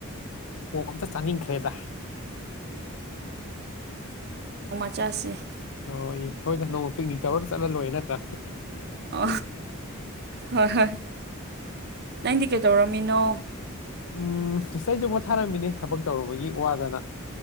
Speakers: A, on the left (about 65°); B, on the right (about 50°).
A: ꯑꯣ ꯑꯝꯇ ꯆꯥꯅꯤꯡꯈ꯭ꯔꯦꯗ
B: ꯆꯥꯁꯦ
A: ꯍꯣꯏ ꯍꯣꯏꯗ ꯅꯣꯡꯃ ꯄꯤꯛꯅꯤꯛ ꯇꯧꯔ ꯆꯠꯍꯜꯂꯣꯏꯔꯦ ꯅꯠꯇ꯭ꯔꯥ
B: ꯑ ꯍꯣꯏ ꯍꯣꯏ ꯅꯪꯗꯤ ꯀꯩꯗꯧꯔꯝꯃꯤꯅꯣ
A: ꯎꯝ ꯁꯤꯇ ꯑꯩꯁꯨ ꯄ ꯊꯥꯔꯝꯃꯤꯅꯦ ꯊꯕꯛ ꯇꯧꯔꯨꯕꯒꯤ ꯋꯥꯗꯅ